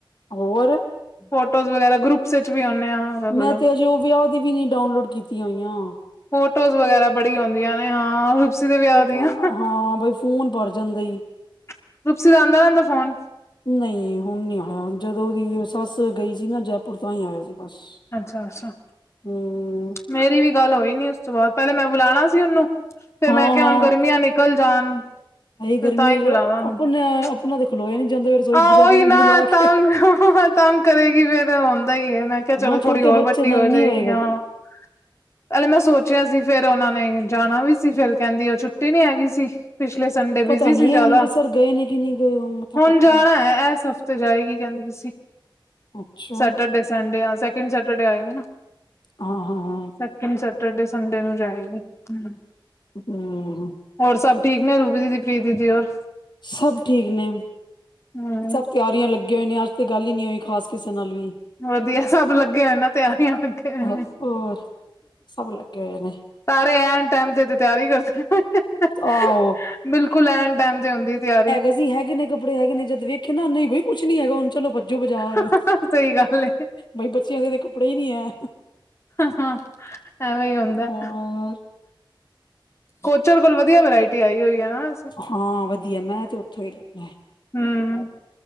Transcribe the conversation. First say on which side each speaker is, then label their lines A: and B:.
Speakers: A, on the left (about 60°); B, on the left (about 30°).
A: ਹੋਰ
B: ਫੋਟੋਜ਼ ਵਗੈਰਾ ਗਰੁੱਪਸ ਵਿਚ ਵੀ ਆਨੇ ਆ। ਅਲੱਗ
A: ਮੈਂ
B: ਅਲੱਗ
A: ਤੇ ਅਜੇ ਓ ਵਿਆਹ ਦੀ ਵੀ ਨੀ ਡਾਊਨਲੋਡ ਕੀਤੀਆਂ ਹੋਈਆਂ।
B: ਫੋਟੋਜ਼ ਵਗੈਰਾ ਬੜੀ ਹੁੰਦੀਆਂ ਨੇ ਹਾਂ। ਰੁਪਸੀ ਦੇ ਵਿਆਹ
A: ਓ ਤਾਂ
B: ਦੀਆਂ
A: ਹਾਂ ਬਈ ਫੋਨ ਭਰ ਜਾਂਦਾ ਈ।
B: <inaudible> ਰੁਪਸੀ ਦਾ ਆਂਦਾ ਰਹਿੰਦਾ ਫੋਨ
A: ਨਹੀਂ ਹੁਣ ਨੀ ਆਇਆ ਜਦੋਂ ਦੀ ਓ ਸੱਸ ਗਈ ਸੀ ਨਾ ਜੈਪੁਰ ਤਾਂ ਈ ਆਇਆ ਸੀ। ਓਸ
B: ਅੱਛਾ ਅੱਛਾ
A: ਹੂੰ
B: ਮੇਰੀ ਵੀ ਗੱਲ ਹੋਈ ਨੀ ਉਸ ਤੋਂ ਬਾਅਦ ਪਹਿਲੇ ਮੈਂ ਬੁਲਾਉਣਾ ਸੀ ਉਹਨੂੰ ਫੇਰ
A: ਹਾਂ
B: ਮੈਂ ਕਿਹਾ
A: ਹਾਂ
B: ਹੁਣ ਗਰਮੀਆਂ ਨੇ। ਕਲ ਜਾਣ
A: ਇਹ ਗਰਮੀ
B: ਤੇ ਤਾਂ ਹੀ ਬੁਲਾਵਾਂ
A: ਚ
B: <inaudible>
A: ਆਪਣੇ ਆਪਣਾ ਤੇ ਖਲੋਇਆ ਨੀ ਜਾਂਦਾ ਰਸੋਈ
B: ਆਹ
A: ਚ ਵਿਚਾਰੇ
B: ਉਹੀ
A: ਨੂੰ
B: ਨਾ
A: ਬੁਲਾ
B: ਤਾਂ
A: ਕੇ
B: ਤੰ ਕਰੇਗੀ ਫਿਰ ਆਉਂਦਾ ਹੀ ਹੈ ਮੈਂ ਕਿਹਾ ਚਲੋ
A: ਹਾਂ
B: ਥੋੜ੍ਹੀ
A: ਛੋਟੇ
B: ਹੋਰ
A: ਬੱਚੇ
B: ਵੱਡੀ
A: ਨਾਲ
B: ਹੋ
A: ਨੀ
B: ਜਾਏਗੀ
A: ਹੋਏਗਾ
B: ਆਂ। ਪਹਿਲੇ ਮੈਂ ਸੋਚਿਆ ਸੀ ਫਿਰ ਉਹਨਾਂ ਨੇ ਜਾਣਾ ਵੀ ਸੀ ਫਿਰ ਕਹਿੰਦੀ ਛੁੱਟੀ ਨਹੀਂ ਹੈਗੀ ਸੀ। ਪਿਛਲੇ ਸੰਡੇ ਬਿਜੀ
A: ਪਤਾ ਨੀ
B: ਸੀ ਜ਼ਿਆਦਾ
A: ਅੰਮ੍ਰਿਤਸਰ ਗਏ ਨੇ ਕਿ ਨਹੀਂ ਗਏ ਉਹ ਮੱਥਾ
B: ਹੁਣ
A: ਟੇਕਣ
B: ਜਾਣਾ ਆ ਏਸ ਹ ਤੇ ਜਾਏਗੀ ਕਹਿੰਦੇ ਤੁਸੀ
A: ਅੱਛਾ
B: ਸੈਟਰਡੇ ਸੰਡੇ ਸੈਕਿੰਡ ਸੈਟਰਡੇ ਆਏਗਾ ਨਾ।
A: ਹਾਂ- ਹਾਂ -ਹਾਂ
B: ਸੈਕਿੰਡ ਸੈਟਰਡੇ ਸੰਡੇ ਨੂੰ ਜਾਏਗੀ। ਹੂੰ
A: ਹੂੰ।
B: ਹੋਰ ਸਭ ਠੀਕ ਨੇ ਰੂਬੀ ਦੀਦੀ ਪ੍ਰੀ ਦੀਦੀ ਹੋਰ।
A: ਸਭ ਠੀਕ ਨੇ
B: ਹੂੰ
A: ਸਭ। ਤਿਆਰੀਆਂ ਲੱਗੇ ਹੋਏ ਨੇ ਅੱਜ ਤੇ ਗੱਲ ਹੀ ਨਹੀਂ ਹੋਈ ਖਾਸ ਕਿਸੇ ਨਾਲ ਵੀ।
B: ਵਧੀਆ ਸਭ ਲੱਗੇ ਹੋਏ ਨਾ ਤਿਆਰੀਆਂ ਲੱਗੇ ਹੋਏ
A: ਹੋਰ
B: ਨੇ।
A: ਸਭ ਲੱਗੇ ਹੋਏ ਨੇ
B: ਸਾਰੇ ਐਨ ਟੈਮ ਤੇ ਤੇ ਤਿਆਰੀ ਕਰਦੇ
A: ਆਹੋ
B: ਬਿਲਕੁੱਲ ਐਨ ਨੂੰ ਟੈਮ ਤੇ ਹੁੰਦੀ ਤਿਆਰੀ।
A: ਅਸੀਂ ਹੈਗੇ ਨੇ ਕੱਪੜੇ ਹੈਗੇ ਨੇ ਜਦ ਵੇਖਿਆ ਨਾ ਨਹੀਂ ਬਈ ਕੁਛ ਨੀ ਹੈਗਾ ਹੁਣ ਚਲੋ ਭੱਜੋ ਬਾਜ਼ਾਰ।
B: ਸਹੀ ਗੱਲ ਏ
A: ਬਈ ਬੱਚਿਆਂ ਦੇ ਤਾਂ ਕੱਪੜੇ ਹੀ ਨਹੀਂ ਐ।
B: ਹਾਂ ਹਾਂ ਐਵੇਂ ਹੀ ਹੁੰਦਾ।
A: ਹੋਰ
B: ਕੋਚਰ ਕੋਲ ਵਧੀਆ ਵਰਾਇਟੀ ਆਈ ਹੋਈ ਏ ਨਾ।
A: ਹਾਂ ਵਧੀਆ ਮੈਂ ਤੇ ਉੱਥੋਂ ਹੀ ਲੈਣਾ।
B: ਹੂੰ